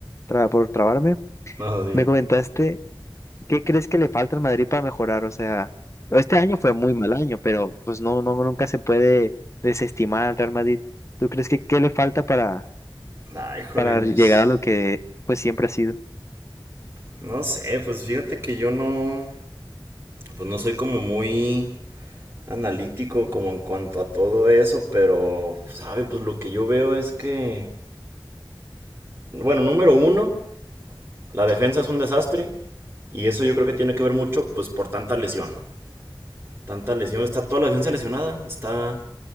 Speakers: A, on the left (about 35°); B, on the right (about 30°).
A: tra- por trabarme,
B: No, dime.
A: me comentaste qué crees que le falta al Madrid para mejorar. O sea, este año fue muy mal año, pero pues no, no, nunca se puede desestimar al Real Madrid. ¿Tú crees que qué le falta para,
B: Ay, híjole,
A: para
B: no,
A: llegar
B: s-
A: a lo que pues siempre ha sido?
B: no sé, pues fíjate que yo no, pues no soy como muy analítico como en cuanto a todo eso, pero, sabe, pues lo que yo veo es que, bueno, número uno, la defensa es un desastre y eso yo creo que tiene que ver mucho, pues por tanta lesión. Tanta lesión, está toda la defensa lesionada, está